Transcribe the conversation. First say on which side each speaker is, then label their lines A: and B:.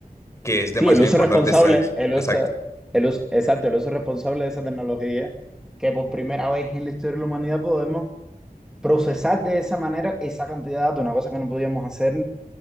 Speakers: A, on the left (about 20°); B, in the centre.
A: que es demasiado
B: Sí, el uso
A: importante.
B: responsable,
A: esas-
B: el
A: Exacto.
B: uso, el uso, exacto, el uso responsable de esa tecnología que por primera vez en la historia de la humanidad podemos procesar de esa manera esa cantidad de datos, una cosa que no podíamos hacer